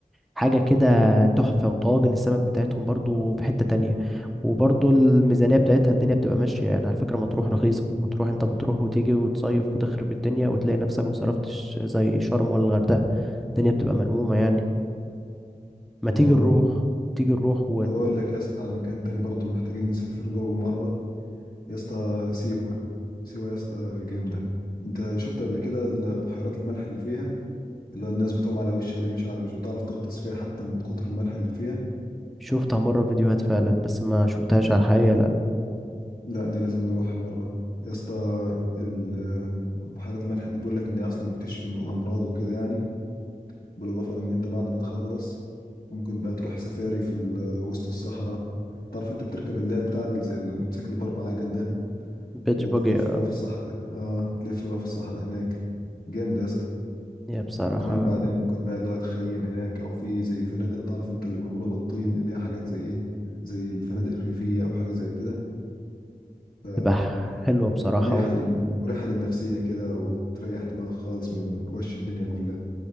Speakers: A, in the centre; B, on the left.
A: حاجه كده تحفه وطواجن السمك بتاعتهم برضو في حته تانية وبرضو الميزانيه بتاعتها الدنيا بتبقى ماشيه يعني على فكره مطروح رخيصه مطروح انت بتروح وتيجي وتصيف وتخرب الدنيا وتلاقي نفسك ما صرفتش زي شرم ولا الغردقه الدنيا بتبقى ملمومه يعني ما
B: آه.
A: تيجي نروح تيجي نروح ون-
B: طَب أقول لك يا اسطى على مكان تاني برضه محتاجين نسافر له مرّة، يا اسطى سيوة. سيوة يا اسطى جامدة. أنت شُفت قبل كده ال بحيرات الملح اللي فيها، اللي هو الناس بتقوم على وشها دي مش ع مش بتعرف تغطس فيها حتى من كتر الملح اللي فيها؟
A: شفتها مرة فيديوهات فعلا بس ما شفتهاش
B: آه.
A: على الحقيقة لا
B: لأ دي لازم نروحها مرة، يا اسطى ال بحيرة الملح دي بيقول لك إن هي أصلًا بتشفي من الأمراض وكده يعني، بالإضافة لإن أنت بعد ما تخلّص ممكن بقى تروح سفاري في ال وسط الصحرا، تعرف أنت بتركب اللي هي البتاع ال زي الموتوسيكل ب4 عجل ده،
A: بيتش
B: وتلف
A: باجي
B: بقى في الصحرا آه، تلف بقى في الصحرا هناك، جامد يا اسطى،
A: يا بصراحة
B: وكمان بعدين ممكن بقى اللي هو تخيّم هناك أو في زي فنادق تعرف أنت اللي معمولة بالطين اللي هي حاجات زي إيه، زي الفنادق الريفية أو حاجة زي كده ف
A: تبقى حلوة بصراحة
B: مريحة
A: ويا
B: لل... مريحة للنفسية كده وتريح دماغك خالص من وش الدنيا كلها